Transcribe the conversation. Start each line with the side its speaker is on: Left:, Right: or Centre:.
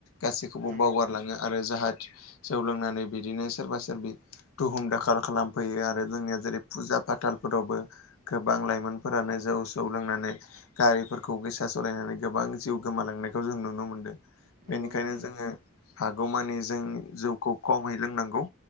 Left: गासैखौबो
Right: नंगौ
Left: बावगारलाङो आरो जाहाथे जौ लोंनानै बिदिनो सोरबा सोरबि दुहुम दाखाल खालामफैयो आरो जोंनिया जेरै फुजा फाथालफोरावबो गोबां लाइमोनफोरानो जौ जौखौ लोंनानै गारिफोरखौ गोसा सालायनानै गोबां जिउ गोमालांनायखौ जों नुनो मोनदों
Right: नंगौ
Left: बेनिखायनो
Right: नोंथां नंगौ
Left: जोङो हागौमानि जों जौखौ खमै लोंनांगौ